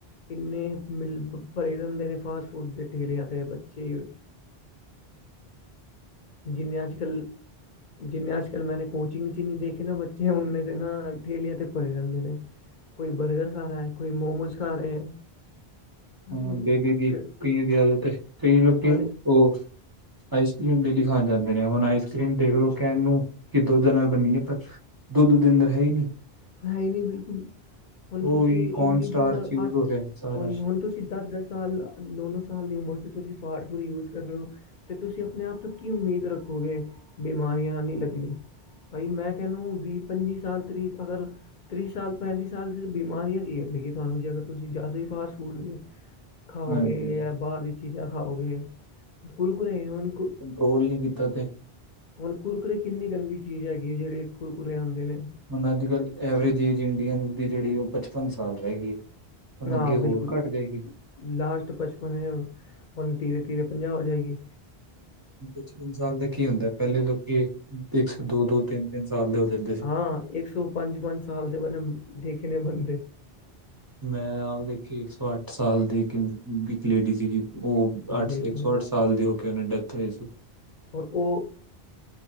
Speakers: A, on the left (about 55°); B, on the right (about 30°).
A: ਕਿੰਨੇ ਮਿਲ ਭਰੇ ਰਹਿੰਦੇ ਨੇ ਫਾਸਟ ਫੂਡ ਦੇ ਠੇਲਿਆਂ ਤੇ ਬੱਚੇ ਜਿਵੇਂ, ਅੱਜ ਕੱਲ੍ਹ ਜਿਵੇਂ ਅੱਜ ਕੱਲ੍ਹ ਮੈਂਨੇ ਕੋਚਿੰਗ ਚੀਨੀ ਦੇਖ ਕੇ ਨਾ ਬੱਚੇ ਉਨੇ ਦੇ ਨਾ ਠੇਲਿਆਂ ਤੇ ਪਏ ਰਹਿੰਦੇ ਨੇ, ਕੋਈ ਬਰਗਰ ਖਾ ਰਿਹਾ ਹੈ। ਕੋਈ ਮੋਮੋਸ ਖਾ ਰਹੇ,
B: ਹਾਂ
A: ਅਰੇ
B: ਗੀ ਗੀ
A: ਫਿਰ
B: ਕਈਆਂ ਦੀ ਆਦਤ ਹੈ, ਕਈ ਲੋਕੀ
A: ਹਾਲੇ
B: ਉਹ ਆਈਸ ਕਰ੍ਰੀਮ ਡੇਲੀ ਖਾਣ ਜਾਂਦੇ ਨੇ ਹੁਣ, ਆਈਸ ਕਰ੍ਰੀਮ ਦੇਖਲਓ ਕਹਿਣ ਨੂੰ ਕਿ ਦੁੱਧ ਨਾਲ ਬੰਨੀਏ ਪਰ ਦੁੱਧ ਓਹਦੇ ਅੰਦਰ ਹੈ ਨਹੀਂਂ
A: ਹੈ ਨਹੀਂ ਬਿਲਕੁਲ ਹੁਣ ਤੁਸੀਂ
B: ਉਹੀ ਕੌਨ
A: ਇੰਨੀ
B: ਸਟਾਰਚ
A: ਜਿਹੀ ਉਮਰ
B: ਯੂਜ
A: ਅੱਠ
B: ਹੋ ਰਿਹਾ ਸਾਰਾ
A: ਹੋਈ ਹੁਣ, ਤੁਸੀਂ ਦਸ-ਦਸ ਸਾਲ ਨੌ-ਨੌ ਸਾਲ ਦੀ ਉਮਰ 'ਚ ਤੁਸੀਂ ਫਾਡਪੂਰੀ ਯੂਜ ਕਰ ਰਹੇ ਹੋ ਤੇ ਤੁਸੀਂ ਆਪਣੇ ਆਪ ਤੋਂ ਕੀ ਉਮੀਦ ਰੱਖੋਗੇ ਬਿਮਾਰੀਆਂ ਨਹੀਂ ਲੱਗਣੀ ਭਾਈ, ਮੈਂ ਕਹ ਨੂੰ ਵੀਹ ਪੰਜੀ ਸਾਲ ਤੀਹ ਅਗਰ ਤੀਹ ਸਾਲ ਪੈਂਤੀ ਸਾਲ ਜਦ ਬਿਮਾਰੀਆ ਹੀ ਘੇਰ ਲੇਗੀ ਤੁਹਾਨੂੰ ਜੇ ਅਗਰ ਤੁਸੀਂ ਜ਼ਿਆਦਾ ਹੀ ਫਾਸਟ ਫੂਡ ਦੇ ਖਾਓਗੇ
B: ਹਾਂਜੀ ਹਾਂਜੀ
A: ਜਾਂ ਬਾਹਰ ਦੀਆਂ ਚੀਜ਼ਾਂ ਖਾਓਗੇ, ਕੁਰਕੁਰੇ ਹੁਣ ਕੂ
B: ਟੋਲ ਨੀ ਕੀਤਾ ਤੈਂ
A: ਹੁਣ ਕੁਰਕੁਰੇ ਕਿੰਨੀ ਗੰਦੀ ਚੀਜ਼ ਹੈਗੀ ਏ, ਜਿਹੜੇ ਕੁਰਕੁਰੇ ਆਉਂਦੇ ਨੇ
B: ਹੁਣ, ਅੱਜ ਕੱਲ੍ਹ ਐਵਰੇਜ ਏਜ ਇੰਡੀਅਨ ਦੀ ਜਿਹੜੀ ਉਹ ਪਚਪਨ ਸਾਲ ਰਹਿ ਗਈ। ਹੁਣ
A: ਹਾਂ
B: ਅੱਗੇ ਹੋਰ
A: ਬਿਲਕੁਲ
B: ਘੱਟ ਜਾਏਗੀ।
A: ਲਾਸਟ ਪਚਪਨ ਹੈ, ਹੁਣ ਤੀਰੇ ਤੀਰੇ ਪੰਜਾਹ ਜਾਏਗੀ।
B: ਪਚਪਨ ਸਾਲ ਦਾ ਕੀ ਹੁੰਦਾ, ਪਹਿਲੇ ਲੋਕੀ ਇੱਕ ਸੋ ਦੋ-ਦੋ ਤਿੰਨ- ਤਿੰਨ ਸਾਲ ਦੇ ਹੋ ਜਾਂਦੇ, ਸੀ।
A: ਹਾਂ ਇੱਕ ਸੌ ਪੰਜ ਪੰਜ ਸਾਲ ਦੇ ਪਹਿਲਾ ਦੇਖੇ ਨੇ ਬੰਦੇ
B: ਮੈਂ ਆਪ ਦੇਖੀ, ਇੱਕ ਸੌ ਅੱਠ ਸਾਲ ਦੀ ਇੱਕ ਲੇਡੀ ਸੀਗੀ ਉਹ ਅੱਠ
A: ਦੇਖ
B: ਇੱਕ
A: ਲਓ
B: ਸੌ ਅੱਠ ਸਾਲ ਦੀ ਹੋ ਕੇ ਉਹਨਾਂ ਦੀ ਡੈਥ ਹੋਈ ਸੀ।
A: ਔਰ ਉਹ